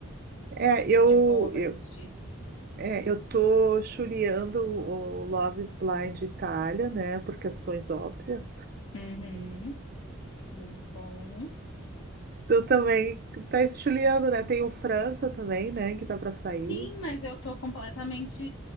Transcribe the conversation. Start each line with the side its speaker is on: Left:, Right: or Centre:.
Right: É, eu,
Left: de boa pra
Right: eu,
Left: assistir.
Right: é, eu tô chuleando o Love is Blind Itália, né? Por questões óbvias.
Left: Uhum. Muito bom.
Right: Tu também tá chuleando, né? Tem o França também, né? Que tá pra sair.
Left: Sim, mas eu tô completamente